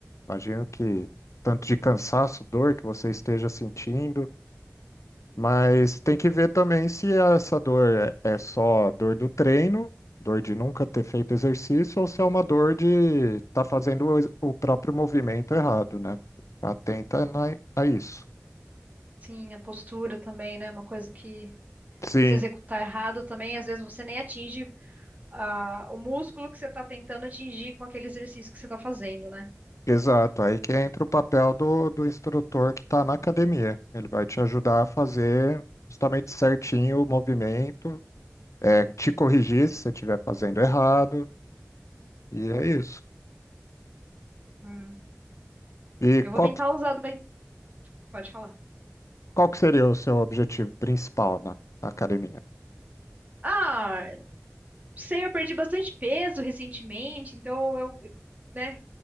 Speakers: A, on the left (about 75°); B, on the right (about 30°).
A: Imagino que tanto de cansaço, dor que você esteja sentindo, mas tem que ver também se essa dor é é só dor do treino, dor de nunca ter feito exercício, ou se é uma dor de estar fazendo o ex- o próprio movimento errado, né? Atenta na- a isso.
B: Sim, a postura também, né? Uma coisa que
A: Sim,
B: se executar errado também, às vezes você nem atinge ah, o músculo que você tá tentando atingir com aquele exercício que você tá fazendo, né?
A: Exato, aí que entra o papel do, do instrutor que está na academia. Ele vai te ajudar a fazer justamente certinho o movimento, é, te corrigir se você estiver fazendo errado, e é isso.
B: Hum.
A: E
B: Eu vou
A: qual,
B: tentar
A: que-
B: usar daí. Pode falar.
A: qual que seria o seu objetivo principal na, na academia?
B: Ah. Não sei, eu perdi bastante peso recentemente, então eu, eu, né,